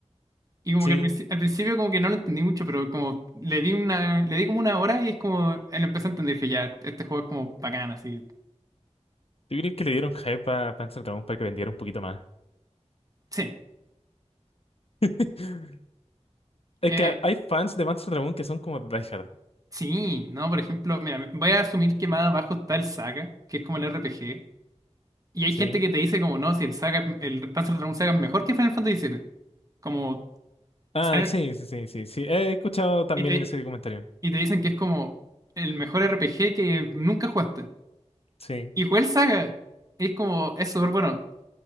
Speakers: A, on the right; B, on the left.
A: Y como
B: Sí,
A: que al, princi- al principio como que no lo entendí mucho, pero como le di una, le di como una hora y es como, eh, lo empecé a entender que ya, este juego es como bacán, así.
B: ¿tú crees que le dieron hype a Panzer Dragoon para que vendiera un poquito más?
A: Sí.
B: <laughs> Es
A: eh,
B: que hay fans de Panzer Dragoon que son como diehard,
A: Sí, no, por ejemplo, mira, voy a asumir que más abajo está el Saga, que es como el RPG, y hay
B: ¿sí?
A: gente que te dice como, no, si el Saga, es- el Panzer Dragoon Saga es mejor que Final Fantasy VII, como,
B: Ah,
A: salen-
B: sí, sí, sí, sí, sí. He escuchado también
A: y te,
B: ese comentario.
A: y te dicen que es como el mejor RPG que nunca jugaste,
B: Sí.
A: y jugué el Saga, es como, es súper bueno,